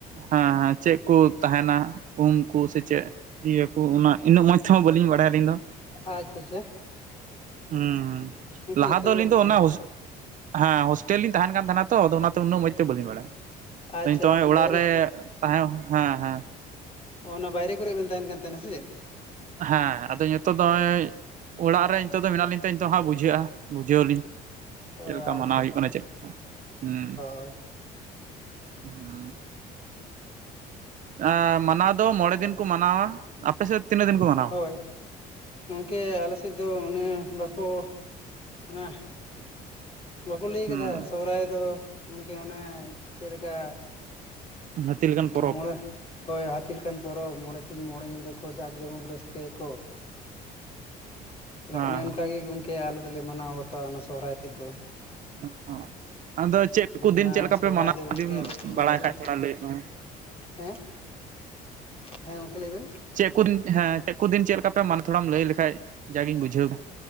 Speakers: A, on the right; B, on the left.
A: ᱦᱮᱸ ᱦᱮᱸ ᱪᱮᱫ ᱠᱚ ᱛᱟᱦᱮᱸᱱᱟ ᱩᱢ ᱠᱚ ᱥᱮ ᱪᱮᱫ? ᱤᱭᱟᱹ ᱠᱚ, ᱚᱱᱟ ᱤᱱᱟᱹᱜ ᱢᱚᱸᱡᱽ ᱛᱮᱦᱚᱸ ᱵᱟᱹᱞᱤᱧ ᱵᱟᱰᱟᱭᱟ ᱟᱹᱞᱤᱧ ᱫᱚ?
B: ᱟᱪ ᱪᱷᱟ ᱪᱷᱟ᱾
A: ᱩᱦᱩᱸ, ᱞᱟᱦᱟ
B: ᱡᱚᱛᱚ
A: ᱫᱚ
B: ᱜᱮ
A: ᱟᱹᱞᱤᱧ
B: ᱚᱱᱠᱟ
A: ᱫᱚ ᱚᱱᱟ
B: ᱜᱮ
A: ᱦᱩᱥᱩᱜ- ᱦᱮᱸ ᱦᱳᱥᱴᱮᱞᱤᱧ ᱛᱟᱦᱮᱸᱱ ᱠᱟᱱ ᱛᱟᱦᱮᱱᱟ ᱛᱚ, ᱟᱫᱚ ᱚᱱᱟᱛᱚ ᱩᱱᱟᱹᱜ ᱢᱚᱸᱡᱽ ᱛᱮ ᱵᱟᱹᱞᱤᱧ ᱵᱟᱲᱟᱭᱟ᱾
B: ᱟᱪᱪᱷᱟ
A: ᱟᱻᱧᱤᱛᱚᱜ ᱚᱭ
B: ᱢᱟᱱᱮ
A: ᱚᱲᱟᱜ
B: ᱵᱟᱭᱨᱮ
A: ᱨᱮ ᱛᱟᱦᱮᱸ ᱦᱮᱸ ᱦᱮᱸ
B: ᱚ ᱚᱱᱟ ᱵᱟᱭᱨᱮ ᱠᱚᱨᱮ ᱵᱮᱱ ᱛᱟᱦᱮᱸᱱ ᱠᱟᱱ ᱛᱟᱦᱮᱸᱱᱟ ᱥᱮ ᱪᱮᱫ?
A: ᱦᱮᱸ ᱟᱫᱚ ᱧᱤᱛᱚᱜ ᱫᱚ ᱚᱸᱭ ᱚᱲᱟᱜ ᱨᱮ ᱧᱤᱛᱚᱜ ᱫᱚ ᱢᱮᱱᱟᱜ ᱞᱤᱧ ᱛᱮ ᱱᱤᱛᱚᱜ ᱦᱟᱜ ᱵᱩᱡᱷᱟᱹᱜᱼᱟ, ᱵᱩᱡᱷᱟᱹᱣᱟᱹᱞᱤᱧ᱾
B: ᱚ
A: ᱪᱮᱫ ᱞᱮᱠᱟ
B: ᱟᱪᱪᱷᱟ
A: ᱢᱟᱱᱟᱣ
B: ᱟᱪᱪᱷᱟ
A: ᱦᱩᱭᱩᱜ ᱠᱟᱱᱟ ᱪᱮᱫ, ᱦᱩᱸ
B: ᱦᱳᱭ
A: <inaudible> ᱦᱩᱸ᱾ ᱟᱸ ᱢᱟᱱᱟᱣ ᱫᱚ ᱢᱚᱬᱮ ᱫᱤᱱ ᱠᱚ ᱢᱟᱱᱟᱣᱟ, ᱟᱯᱮ ᱥᱮᱫ ᱫᱚ ᱛᱤᱱᱟᱹᱜ ᱫᱤᱱ ᱠᱚ ᱢᱟᱱᱟᱣᱟ?
B: ᱦᱳᱭ ᱜᱚᱝᱠᱮ ᱟᱞᱮᱥᱮᱫ ᱫᱚ ᱚᱱᱮ ᱵᱟᱠᱚ ᱚᱱᱟ ᱵᱟᱠᱚ ᱞᱟᱹᱭ ᱟᱠᱟᱫᱟ
A: ᱦᱩᱸ
B: ᱥᱚᱦᱚᱨᱟᱭ ᱫᱚ ᱜᱚᱝᱠᱮ ᱚᱱᱮ ᱪᱮᱫ ᱞᱮᱠᱟ
A: ᱦᱟᱹᱛᱤ ᱞᱮᱠᱟᱱ ᱯᱚᱨᱚᱵᱽ
B: ᱢᱚᱬᱮᱦ ᱦᱳᱭ ᱦᱟᱛᱤ ᱞᱮᱠᱟᱱ ᱯᱚᱨᱚᱵᱽ ᱢᱚᱬᱮ ᱥᱤᱧ ᱢᱚᱬᱮ ᱧᱤᱫᱟᱹ ᱠᱚ ᱡᱟᱠᱼ ᱡᱚᱢᱚᱠ ᱨᱟᱹᱥᱠᱟᱹᱭᱟᱠᱚ᱾ ᱛᱟᱦᱚᱞᱮ
A: ᱦᱮᱸ
B: ᱚᱱᱮ ᱚᱱᱠᱟ ᱜᱮ ᱜᱚᱝᱠᱮ ᱟᱞᱮ ᱫᱚᱞᱮ ᱢᱟᱱᱟᱣ ᱵᱟᱛᱟᱣᱟ ᱚᱱᱟ ᱥᱚᱦᱚᱨᱟᱭ ᱛᱮᱫ ᱫᱚ᱾
A: <unintelligible> ᱟᱫᱚ ᱪᱮᱫ ᱠᱚ ᱫᱤᱱ
B: ᱚᱱᱟ
A: ᱪᱮᱫ ᱞᱮᱠᱟ
B: ᱥᱚᱦᱨᱟᱭ
A: ᱯᱮ ᱢᱟᱱᱟᱣ
B: ᱫᱚ ᱜᱚᱝᱠᱮ
A: ᱫᱤᱢ,
B: ᱟᱞᱮ ᱴᱷᱮᱱ
A: ᱵᱟᱲᱟᱭ
B: ᱫᱚ ᱟᱹᱰᱤ
A: ᱠᱷᱟᱡ ᱛᱷᱚᱲᱟ ᱞᱟᱹᱭ ᱛᱟᱞᱟᱝ ᱢᱮ?
B: ᱦᱮᱸ? ᱦᱮᱸ ᱜᱚᱝᱠᱮ ᱞᱟᱹᱭ ᱵᱤᱱ?
A: ᱪᱮᱜ ᱠᱚ ᱨᱤᱱ, ᱦᱮᱸ ᱪᱮᱫ ᱠᱚ ᱫᱤᱱ ᱪᱮᱫ ᱞᱮᱠᱟ ᱯᱮ ᱢᱟᱱᱟᱣ ᱛᱷᱚᱲᱟ ᱞᱟᱹᱭ ᱞᱮᱠᱷᱟᱡ ᱡᱟᱜᱤᱧ ᱵᱩᱡᱷᱟᱹᱣ ᱮᱫᱟ᱾